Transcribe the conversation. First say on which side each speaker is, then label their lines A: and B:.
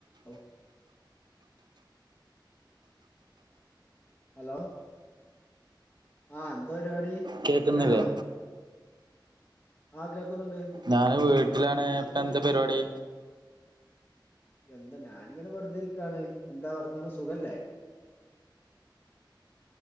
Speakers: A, on the left; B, on the right.
A: Hello hello ആഹ് എന്ത പരിപാടി
B: കേൾക്ക്ന്നില്ലേ
A: വീട്ടിലാണോ ആഹ് കേൾക്കുന്നുണ്ട്
B: ഞാന് വീട്ടിലാണ് ഇപ്പന്താ പരിപാടി
A: എന്താ ഞാനിങ്ങനെ വെറുതിരിക്കാണ് എന്താ വർത്താനം സുഖല്ലേ